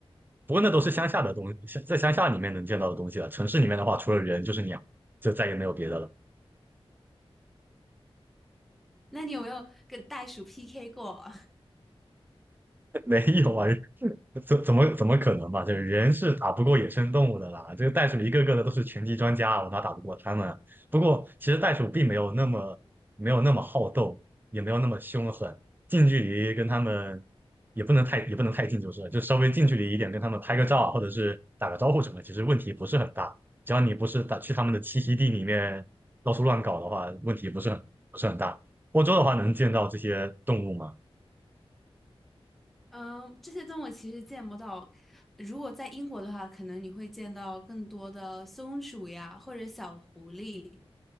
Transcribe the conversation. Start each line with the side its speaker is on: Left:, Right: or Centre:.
Right: 不过那都是乡下的东西，在乡下里面能见到的东西了。城市里面的话，除了人就是鸟，就再也没有别的了。
Centre: 那你有没有跟袋鼠 PK 过啊？
Right: <laughs> 没有啊，<laughs> 怎怎么怎么可能嘛？就是人是打不过野生动物的啦。这个袋鼠一个个的都是拳击专家，我哪打不过他们啊？不过其实袋鼠并没有那么没有那么好斗，也没有那么凶狠。近距离跟他们也不能太也不能太近，就是了就稍微近距离一点，跟他们拍个照啊或者是打个招呼什么，其实问题不是很大。只要你不是打去他们的栖息地里面到处乱搞的话，问题不是很不是很大。欧洲的话能见到这些动物吗？
Centre: <laughs> 嗯，这些动物其实见不到。如果在英国的话，可能你会见到更多的松鼠呀，或者小狐狸。